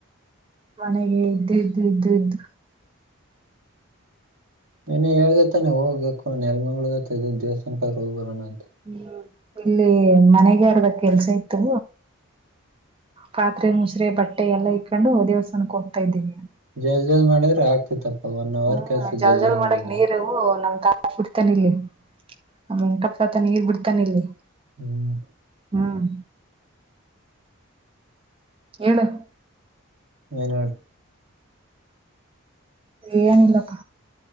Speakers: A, on the right; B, on the right.
A: ಮನೆಗೆ ಇದ್ದು ಇದ್ದು ಇದ್ದು ಇದ್ದು
B: ನಿನ್ನೆ ಹೇಳ್ದತಾನೆ ಹೋಗ್ಬೇಕು ನೆಲ್ಮಂಗಳೂರ್ ದೇವಸ್ಸಾನಕ ಹೋಗ್ ಬರೋಣ ಅಂತ
A: ಹ್ಮ ಇಲ್ಲಿ ಮನೆಗಾರದ ಕೆಲ್ಸ ಇತ್ತು ಪಾತ್ರೆ ಮುಸುರೆ ಬಟ್ಟೆ ಎಲ್ಲ ಇಕ್ಕೊಂಡು ದೇವಸ್ಥಾನಕ್ಕೆ ಹೋಗ್ತಾ ಇದ್ದೀನ
B: ಜಲ್ದಿ ಜಲ್ದಿ ಮಾಡಿದ್ರೆ ಆಗ್ತಿತ್ತಪ್ಪ ಒನ್ ಅವರ್
A: ಹ್ಮ್
B: ಕೆಲ್ಸ
A: ಜಲ್
B: ಜಲ್ದಿ
A: ಜಲ್
B: ಜಲ್ದಿ
A: ಮಾಡಕ್
B: ಮಾಡಿದರ
A: ನೀರು ನಮ್ ತಾತ ಬಿಡ್ತಾನ ಇಲ್ಲಿ ನಮ್ಮ ವೆಂಕಟಪ್ಪ ತಾತ ನೀರ್ ಬಿಡ್ತಾನ ಇಲ್ಲಿ
B: ಹ್ಮ್
A: ಹ್ಮ್ ಹೇಳು
B: ಏನು
A: ಏನಿಲ್ಲಪ್ಪ